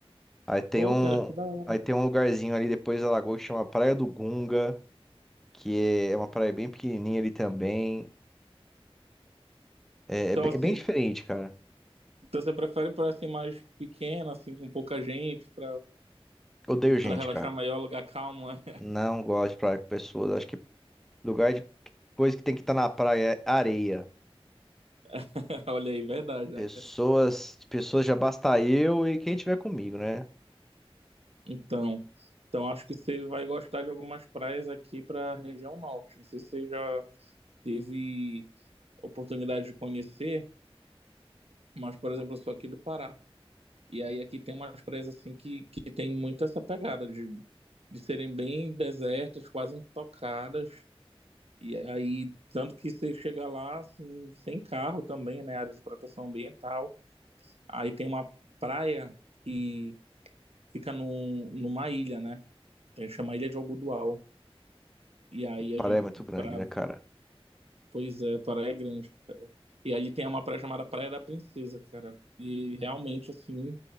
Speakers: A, in the centre; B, on the right.
A: Aí tem
B: Pô,
A: um,
B: cara, que da hora.
A: aí tem um lugarzinho ali depois da lagoa que chama Praia do Gunga, que é, é uma praia bem pequenininha ali também. É,
B: Então,
A: é, be-
B: assim,
A: é bem diferente, cara.
B: então você prefere por assim mais pequena, assim, com pouca gente, pra,
A: Odeio gente,
B: pra relaxar
A: cara.
B: maior, lugar calmo. né?
A: Não gosto de praia com pessoas. Acho que lugar de coisa que tem que estar na praia é areia.
B: <laughs> Olha aí, verdade, né,
A: Pessoas,
B: cara?
A: pessoas já basta eu e quem tiver comigo, né?
B: Então, então acho que você vai gostar de algumas praias aqui pra região norte. Não sei se você já teve. oportunidade de conhecer, mas, por exemplo, eu sou aqui do Pará. E aí aqui tem umas praias assim que, que tem muito essa pegada de, de serem bem desertas, quase intocadas. E aí, tanto que você chega lá assim, sem carro também, né? Área de proteção ambiental. Aí tem uma praia que fica num, numa ilha, né? A gente chama Ilha de Algodoal. E aí a
A: Praia
B: gente,
A: é muito grande,
B: para
A: né, cara?
B: Pois é, Praia Grande, cara. E ali tem uma praia chamada Praia da Princesa, cara. E realmente, assim,